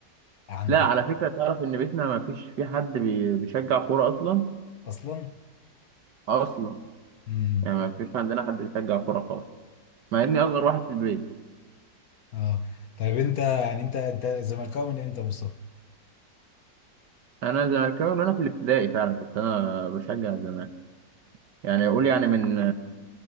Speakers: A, on the left (about 60°); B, on the right (about 65°).
A: عندك
B: لا على فكرة تعرف ان بيتنا ما فيش في حد بي- بيشجع كورة اصلا
A: اصلا؟
B: اصلا
A: امم
B: يعني ما فيش عندنا حد بيشجع كورة خالص مع اني اصغر واحد في البيت
A: اه طيب انت يعني انت انت زملكاوي من امتى يا مصطفى؟
B: انا زملكاوي من وانا في الابتدائي فعلا كنت انا بشجع زمان يعني اقول يعني من